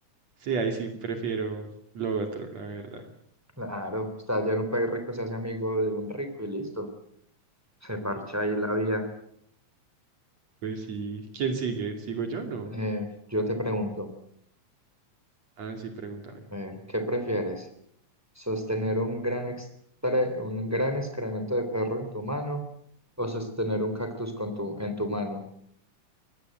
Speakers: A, on the right; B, in the centre.
A: sí, ahí sí prefiero lo otro, la verdad.
B: Claro, está allá en un país rico, se hace amigo de un rico y listo. Se parcha ahí la vida.
A: Pues sí, ¿quién sigue? ¿Sigo yo? No.
B: Eh, yo te pregunto,
A: Ah, sí, pregúntame.
B: a ver, ¿qué prefieres? sostener un gran, extre- un gran excremento de perro en tu mano o sostener un cactus con tu, en tu mano.